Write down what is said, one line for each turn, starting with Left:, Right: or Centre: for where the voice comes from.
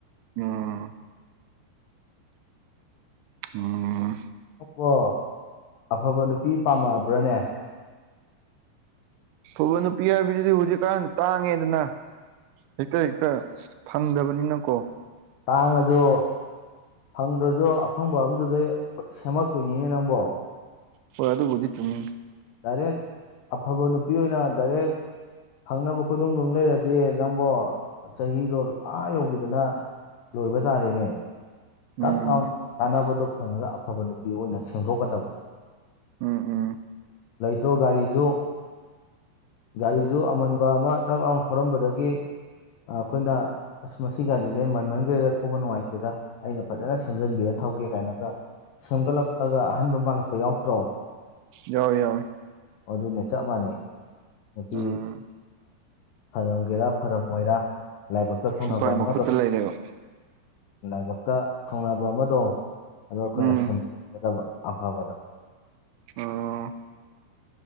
Right: ꯎꯝ ꯎ
Left: ꯅꯪꯣ ꯑꯐꯕ ꯅꯨꯄꯤ ꯄꯥꯝꯃꯕ꯭ꯔꯅꯦ
Right: ꯊꯕ ꯅꯨꯄꯤ ꯍꯥꯏꯕꯤꯗꯨꯗꯤ ꯍꯧꯖꯤꯛꯀꯥꯟ ꯇꯥꯡꯉꯦꯗꯅ ꯍꯦꯛꯇ ꯍꯦꯛꯇ ꯐꯪꯗꯕꯅꯤꯅꯀꯣ
Left: ꯇꯥꯡꯉꯗꯣ ꯐꯪꯗ꯭ꯔꯁꯨ ꯑꯐꯪꯕ ꯑꯗꯨꯗꯩ ꯁꯦꯝꯃꯛꯇꯣꯏꯅꯤꯅꯦ ꯅꯪꯕꯣ
Right: ꯍꯣꯏ ꯑꯗꯨꯕꯨꯗꯤ ꯆꯨꯝꯃꯤ
Left: ꯗꯥꯏꯔꯦꯛ ꯑꯐꯕ ꯅꯨꯄꯤ ꯑꯣꯏꯅ ꯗꯥꯏꯔꯦꯛ ꯍꯪꯅꯕ ꯈꯨꯣꯏꯗꯝꯗꯨꯝ ꯂꯩꯔꯗꯤ ꯅꯪꯕꯣ ꯆꯍꯤꯗꯣ ꯑꯥ ꯌꯧꯈꯤꯗꯅ ꯂꯣꯏꯕ ꯇꯥꯔꯦꯅꯦ
Right: ꯎꯝ
Left: ꯇꯛ ꯂꯥꯎꯅ ꯆꯥꯅꯕꯗꯣ ꯐꯪꯉꯒ ꯑꯐꯕ ꯅꯨꯄꯤ ꯑꯣꯏꯅ ꯁꯦꯝꯦꯡꯗꯣꯛꯀꯗꯕ
Right: ꯎꯝ ꯎꯝ
Left: ꯂꯩꯇ꯭ꯔꯣ ꯒꯥꯔꯤꯁꯨ ꯒꯥꯔꯤꯁꯨ ꯑꯃꯟꯕ ꯑꯃ ꯊꯔꯛ ꯂꯥꯎ ꯊꯧꯔꯝꯕꯗꯒꯤ ꯑꯩꯈꯣꯏꯅ ꯑꯁ ꯃꯁꯤ ꯒꯥꯔꯤꯁꯦ ꯃꯟꯃꯟ ꯀꯔꯤꯩꯗ ꯊꯧꯕ ꯅꯨꯡꯉꯥꯏꯇꯦꯗ ꯑꯩꯅ ꯐꯖꯅ ꯁꯦꯝꯖꯤꯟꯕꯤꯔ ꯊꯧꯒꯦ ꯀꯥꯏꯅꯒ ꯁꯦꯝꯒꯠꯂꯛꯂꯒ ꯑꯍꯟꯕ ꯃꯥꯜꯂꯛꯄ ꯌꯥꯎꯗ꯭ꯔꯣ
Right: ꯌꯥꯎꯋꯦ ꯌꯥꯎꯋꯦ
Left: ꯑꯗꯨ ꯑꯗꯨꯅꯦ ꯆ ꯃꯥꯅꯦ ꯅꯨꯄꯤ
Right: ꯎꯝ
Left: ꯐꯔꯝꯒꯦꯔꯥ ꯐꯔꯝꯃꯣꯏꯔ ꯂꯥꯏꯕꯛꯇ ꯊꯨꯡꯅꯕ
Right: ꯅꯨꯄꯥꯒꯤ
Left: ꯑꯃꯗꯣ
Right: ꯃꯈꯨꯠꯇ ꯂꯩꯔꯦꯕ
Left: ꯂꯥꯏꯕꯛꯇ ꯊꯨꯡꯅꯕ ꯑꯃꯗꯣ ꯑꯗꯣ ꯑꯩꯈꯣꯏꯅ
Right: ꯎꯝ
Left: ꯁꯦꯝꯕꯤꯒꯗꯕ ꯑꯐꯕꯗ
Right: ꯑꯣ